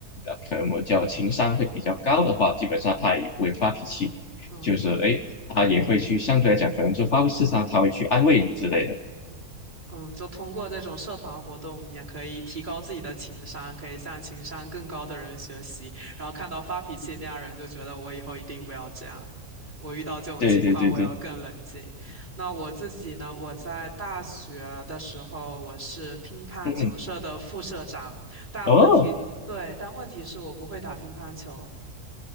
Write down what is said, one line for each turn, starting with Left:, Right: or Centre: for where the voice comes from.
Left: 呃可能我叫情商会比较高的话，基本上他也不会发脾气，
Right: 嗯
Left: 就是哎，他也会去相对来讲可能就发挥失常，他会去安慰你之类的。
Right: 嗯。嗯，就通过这种社团活动，你也可以提高自己的情商，可以向情商更高的人学习。然后看到发脾气那样人，就觉得我以后一定不要这样。我遇到这种情况，
Left: 对对对对，
Right: 我要更冷静。那我自己呢？我在大学的时候，我是乒乓球社的副社长，
Left: 嗯嗯，
Right: 但问题，
Left: 哦。
Right: 对，但问题是我不会打乒乓球。